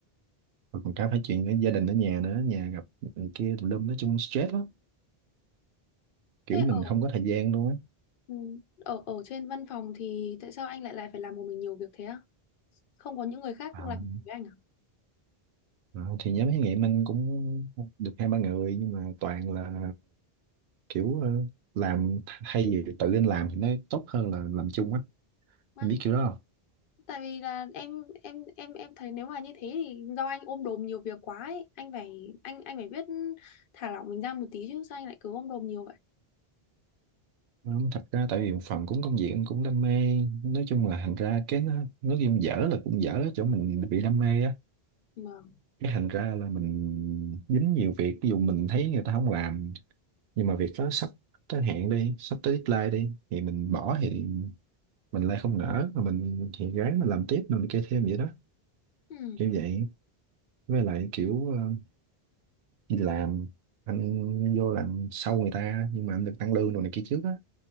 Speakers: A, on the right; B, on the left.
A: rồi còn cả phải chuyện với gia đình ở nhà nữa nhà gặp này kia tùm lum nói chung stress lắm kiểu
B: Thế
A: mình
B: ở
A: không có thời gian luôn
B: ừ, ở ở trên văn phòng thì tại sao anh lại lại phải làm một mình nhiều việc thế á? Không có những người khác
A: á
B: làm cùng với anh à?
A: Ờ, thì nhóm thí nghiệm anh cũng được hai ba người nhưng mà toàn là kiểu ờ, làm thay vì tự anh làm thì nó tốt hơn là làm chung á
B: Vãi.
A: anh biết kiểu đó không
B: Tại vì là em em em em thấy nếu mà như thế thì do anh ôm đồm nhiều việc quá ấy, anh phải anh anh phải biết thả lỏng mình ra một tí chứ sao anh lại cứ ôm đồm nhiều vậy?
A: Ờ, thật ra tại vì một phần cũng công việc anh cũng đam mê nói chung là thành ra cái nó nói chung dở là cũng dở ở chỗ mình bị đam mê á
B: Vâng.
A: cái thành ra là mình dính nhiều việc ví dụ mình thấy người ta không làm nhưng mà việc đó sắp tới hạn đi sắp tới deadline đi thì mình bỏ thì mình lại không nỡ mà mình thì ráng mà làm tiếp rồi mình kia thêm vậy đó
B: Ừ.
A: kiểu vậy với lại kiểu ờ, đi làm anh vô làm sau người ta nhưng mà anh được tăng lương rồi này kia trước á